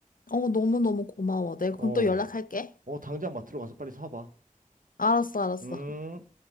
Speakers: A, on the left (about 80°); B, on the right (about 75°).
A: 어, 너무너무 고마워. 내가
B: 어,
A: 그럼 또 연락할게.
B: 어, 당장 마트로 가서 빨리 사봐.
A: 알았어, 알았어.
B: 음.